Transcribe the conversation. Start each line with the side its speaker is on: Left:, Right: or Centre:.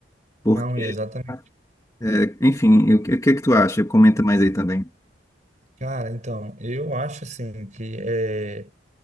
Left: Porque,
Right: Não, exatamente.
Left: é, enfim, o que, o que que tu acha? Comenta mais aí também.
Right: Cara, então, eu acho assim que é.